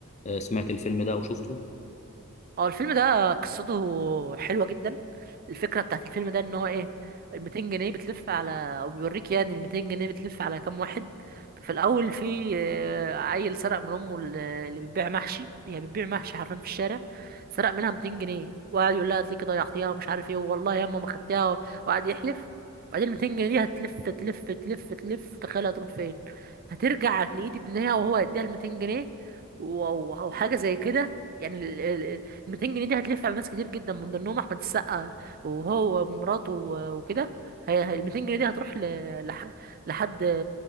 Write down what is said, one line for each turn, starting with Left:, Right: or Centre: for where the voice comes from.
Left: آه، سمعت الفيلم ده وشفته
Right: اه الفيلم ده قصته حلوة جدا الفكرة بتاعت الفيلم ده ان هو ايه ال 200 جنيه بتلف على او بيوريك يعني ال 200 جنيه بتلف على كام واحد ففي الاول في آه، عيل سرق من امه ال- اللي بتبيع محشي هي بتبيع محشي حرفيا في الشارع سرق منها 200 جنيه وقعد يقول لها هتلاقيكي ضيعتيها ومش عارف ايه والله ياما ما خدتيها وقعد يحلف وبعدين ال 200 جنيه دي هتلف تلف تلف تلف تخيل هتروح فين هترجع في ايد ابنها وهو هيديها ال 200 جنيه و- وحاجة زي كده يعني 200 جنيه دي هتلف على ناس كتير جدا من ضمنهم احمد السقا وهو ومراته و- وكده هي هي ال 200 جنيه دي هتروح ل... لح... لحد